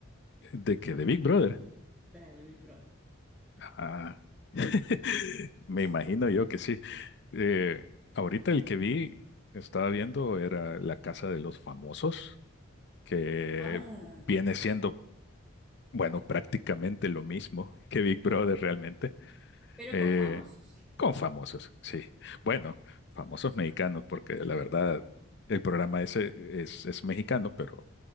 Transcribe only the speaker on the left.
de que de Big Brother.
Ah, <laughs> me
imagino yo que sí. Eh, ahorita el que vi, estaba viendo, era La Casa de los Famosos, que
viene siendo Bueno, prácticamente lo mismo que Big Brother realmente,
eh,
con famosos, sí. Bueno, famosos mexicanos, porque la verdad el programa ese es, es mexicano, pero